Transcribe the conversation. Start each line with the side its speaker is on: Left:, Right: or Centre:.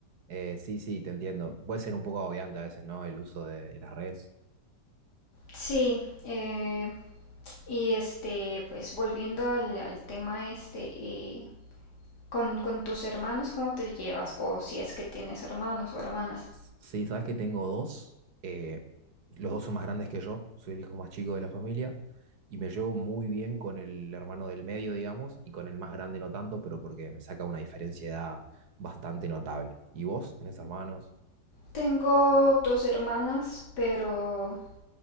Right: Eh, sí, sí, te entiendo. Puede ser un poco agobiante a veces, ¿no? El uso de, las redes.
Left: Sí, eh, Y este, pues volviendo al, al tema este, eh, con, con tus hermanos, ¿cómo te llevas? O si es que tienes hermanos o hermanas.
Right: Sí, sabes que tengo dos. Eh, los dos son más grandes que yo. Soy el hijo más chico de la familia. Y me llevo muy bien con el hermano del medio, digamos, y con el más grande no tanto, pero porque me saca una diferencia de edad bastante notable. ¿Y vos tenés hermanos?
Left: Tengo dos hermanas, pero